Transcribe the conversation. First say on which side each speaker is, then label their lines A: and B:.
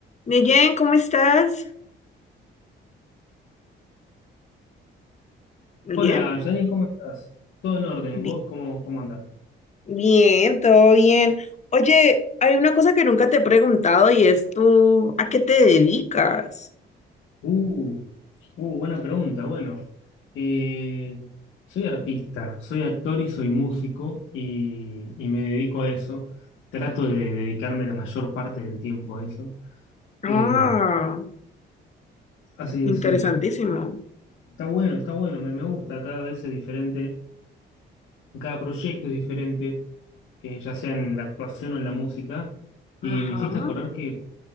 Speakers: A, on the left (about 35°); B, on the left (about 80°).
A: Neyen, ¿cómo estás? Bien,
B: Hola, Janine, ¿cómo estás? ¿Todo en orden?
A: Bi-
B: ¿Vos cómo, cómo andás?
A: Bien, todo bien. Oye, hay una cosa que nunca te he preguntado y es tú, ¿a qué te dedicas?
B: Uh, uh, buena pregunta. Bueno, eh, soy artista, soy actor y soy músico y, y me dedico a eso. Trato de dedicarme la mayor parte del tiempo a eso.
A: Ah,
B: Eh, así que
A: Interesantísimo.
B: sí, está bueno, está bueno, me, me gusta. Cada vez es diferente, cada proyecto es diferente, eh, ya sea en la actuación o en la música. Y
A: ajá.
B: me hiciste acordar que